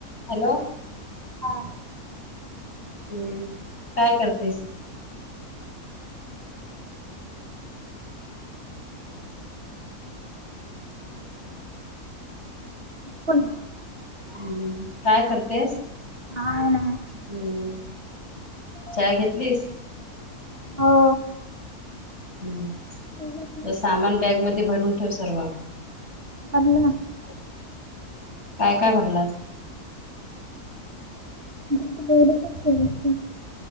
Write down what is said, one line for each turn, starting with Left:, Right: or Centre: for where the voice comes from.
Left: Hello
Right: हा
Left: हम्म काय करतेस?
Right: पण
Left: हम्म काय करतेस?
Right: काय नाय
Left: हम्म चाय घेतलीस?
Right: हो
Left: हम्म तुज
Right: लग्न
Left: सामान बॅगमध्ये भरून <unintelligible> सर्वा
Right: <unintelligible>
Left: काय काय भरलास?
Right: <unintelligible>